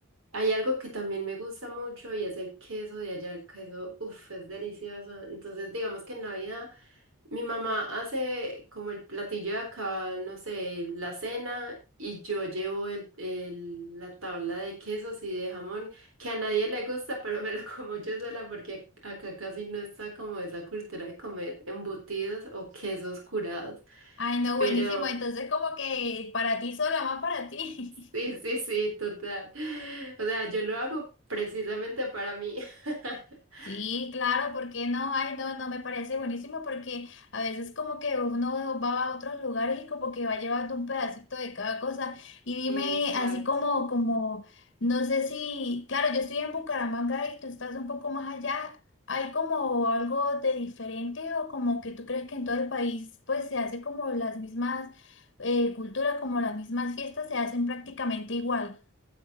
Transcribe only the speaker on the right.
Hay algo que también me gusta mucho y es el queso de allá, el queso, uff, es delicioso. Entonces, digamos que en Navidad... Mi mamá hace como el platillo de acá, no sé, la cena y yo llevo el, el- la tabla de quesos y de jamón, que a nadie le gusta, pero me lo <laughs> como yo sola porque acá casi no está como esa cultura de comer embutidos o quesos curados.
Pero
sí,
sí, sí, total. O sea, yo lo hago precisamente para mí. <laughs>
Exacto.